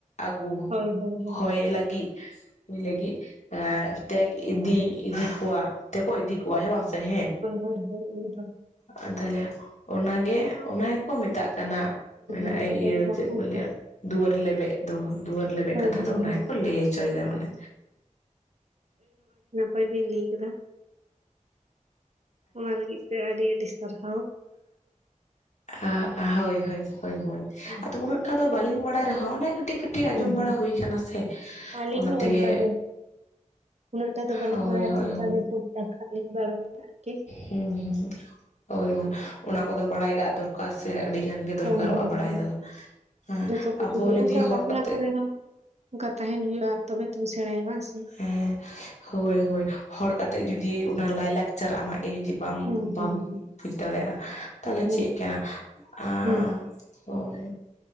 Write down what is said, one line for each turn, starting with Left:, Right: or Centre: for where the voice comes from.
Left: ᱟᱹᱜᱩ
Right: ᱦᱳᱭ ᱦᱳᱭ
Left: ᱦᱚᱭ ᱞᱟᱹᱜᱤᱫ, ᱞᱟᱹᱜᱤᱫ <unintelligible> ᱤᱫᱤ ᱤᱫᱤ ᱠᱚᱣᱟ, ᱛᱮᱠᱚ ᱤᱫᱤ ᱠᱚᱣᱟ ᱦᱮᱸ ᱵᱟᱝ ᱥᱮ ᱦᱮᱸ
Right: ᱦᱳᱭ ᱦᱳᱭ ᱦᱳᱭ ᱦᱳᱭ ᱮᱠᱫᱚᱢ ᱦᱮᱸ ᱦᱮᱸ ᱦᱮᱸ
Left: ᱟᱨ ᱛᱟᱦᱚᱞᱮ ᱚᱱᱟᱜᱮ ᱚᱱᱟ ᱜᱮᱠᱚ ᱢᱮᱛᱟᱜ ᱠᱟᱱᱟ ᱢᱟᱱᱮ
Right: ᱮᱠᱫᱚᱢ
Left: ᱤᱭᱟᱹ ᱪᱮᱫ ᱠᱚ
Right: ᱮᱠᱫᱚᱢ
Left: ᱞᱟᱹᱭᱟ ᱫᱩᱣᱟᱹᱨ ᱞᱮᱵᱮᱫ, ᱫᱩᱣᱟᱹᱨ ᱞᱮᱵᱮᱫ
Right: ᱦᱳᱭ
Left: ᱠᱟᱛᱷᱟ
Right: ᱦᱳᱭ
Left: ᱫᱚ ᱚᱱᱟ
Right: ᱦᱳᱭ
Left: ᱜᱮᱠᱚ ᱞᱟᱹᱭ ᱦᱚᱪᱚᱭᱮᱫᱟ ᱢᱟᱱᱮ,
Right: ᱦᱳᱭ ᱵᱤᱱ ᱞᱟᱹᱭ ᱠᱮᱫᱟ ᱚᱱᱟ ᱞᱟᱹᱜᱤᱫ ᱛᱮ ᱟᱹᱰᱤ ᱟᱹᱰᱤ ᱥᱟᱨᱦᱟᱣ᱾
Left: ᱟ ᱟ ᱦᱳᱭ ᱦᱳᱭ ᱦᱳᱭ
Right: ᱦᱮᱸ
Left: ᱟᱫ ᱩᱱᱜ ᱴᱟ ᱩᱱᱟᱹᱜ ᱫᱚ ᱵᱟᱹᱞᱤᱧ ᱵᱟᱲᱟᱭ ᱨᱮᱦᱚᱸ ᱚᱱᱮ ᱠᱟᱹᱴᱤᱡ ᱠᱟᱹᱴᱤᱡ
Right: ᱦᱮᱸ
Left: ᱟᱸᱢᱚᱢ ᱵᱟᱲᱟ ᱦᱩᱭ
Right: ᱦᱮᱸ
Left: ᱠᱟᱱᱟ ᱥᱮ
Right: ᱟᱹᱞᱤᱧ
Left: ᱚᱱᱟ
Right: ᱦᱚᱸ
Left: ᱛᱮᱜᱮ,
Right: ᱚᱱᱠᱟ ᱜᱮ ᱩᱱᱟᱹᱜ ᱴᱟ ᱫᱚ ᱵᱟᱹᱞᱤᱧ
Left: ᱦᱳᱭ
Right: ᱵᱟᱲᱟᱭᱟ ᱦᱟᱸᱜ
Left: ᱦᱳᱭ
Right: ᱚᱱᱠᱟ
Left: ᱦᱳᱭ
Right: ᱜᱮ ᱴᱩᱠ ᱴᱟᱠ ᱦᱟᱸᱜ ᱞᱤᱧ ᱵᱟᱲᱟᱭᱟ᱾ ᱟᱨᱠᱤ
Left: ᱦᱩᱸ ᱦᱩᱸ ᱦᱳᱭ ᱦᱳᱭ ᱚᱱᱟ ᱠᱚᱫᱚ ᱵᱟᱲᱟᱭ ᱠᱟᱜ ᱫᱚᱨᱠᱟᱨ ᱥᱮ ᱟᱹᱰᱤ ᱜᱟᱱ ᱜᱮ ᱫᱚᱨᱠᱟᱨᱚᱜᱼᱟ
Right: ᱦᱩᱸ ᱦᱩᱸ
Left: ᱵᱟᱲᱟᱭ
Right: ᱦᱩᱸ
Left: ᱫᱚ ᱦᱮᱸ
Right: ᱡᱚᱛᱚ ᱠᱤᱪᱷᱩ
Left: ᱟᱵᱚ
Right: ᱜᱮ
Left: ᱡᱩᱫᱤ
Right: ᱚᱱᱠᱟ
Left: ᱦᱚᱲ
Right: ᱵᱟᱯᱞᱟ
Left: ᱠᱟᱛᱮ
Right: ᱠᱚᱨᱮ ᱦᱚᱸ ᱚᱱᱠᱟ ᱛᱟᱦᱮᱱ ᱦᱩᱭᱩᱜᱼᱟ᱾ ᱛᱚᱵᱮ ᱛᱚᱢ ᱥᱮᱸᱬᱟᱭᱟ ᱵᱟᱝ ᱥᱮ?
Left: ᱦᱮᱸ ᱦᱳᱭ ᱦᱳᱭ ᱦᱚᱲ ᱠᱟᱛᱮ ᱡᱩᱫᱤ ᱚᱱᱟ ᱞᱟᱭᱞᱟᱠᱪᱟᱨ ᱟᱢᱟᱜ ᱜᱮ ᱡᱩᱫᱤ ᱵᱟᱢ
Right: ᱦᱩᱸ ᱦᱩᱸ
Left: ᱵᱟᱢ
Right: ᱦᱩᱸ
Left: ᱵᱩᱡᱽ ᱫᱟᱲᱮᱭᱟᱜᱼᱟ ᱛᱟᱦᱚᱞᱮ
Right: ᱦᱩᱸ
Left: ᱪᱮᱫ ᱠᱟᱱᱟ <unintelligible>
Right: ᱦᱩᱸ
Left: ᱦᱳᱭ